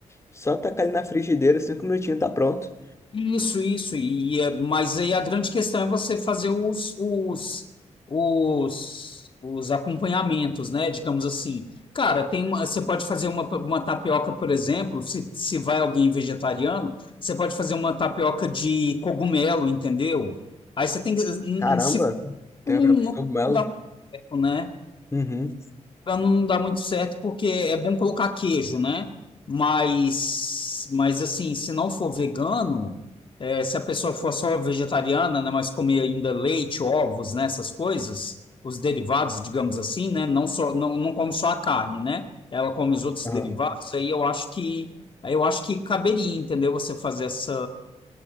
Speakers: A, on the left; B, on the left.
A: Só tacar ali na frigideira, cinco minutinhos tá pronto.
B: Isso, isso. E, e é- mas aí a grande questão é você fazer os, os, os, os acompanhamentos, né? Digamos assim. Cara, tem uma- você pode fazer uma, uma tapioca, por exemplo, se, se vai alguém vegetariano, você pode fazer uma tapioca de cogumelo, entendeu? Aí você tem que. em-
A: Caramba,
B: em- Se
A: tem
B: não,
A: tapioca
B: não
A: de cogumelo.
B: dá muito certo, né?
A: Uhum.
B: Pra não me engano, não dá muito certo porque é bom colocar queijo, né? Mas, mas assim, se não for vegano, é, se a pessoa for só vegetariana, né, mas comer ainda leite, ovos, né, essas coisas, os derivados, digamos assim, né, não só não, não come só a carne, né? Ela come os outros
A: aham.
B: derivados, aí eu acho que aí eu acho que caberia, entendeu? Você fazer essa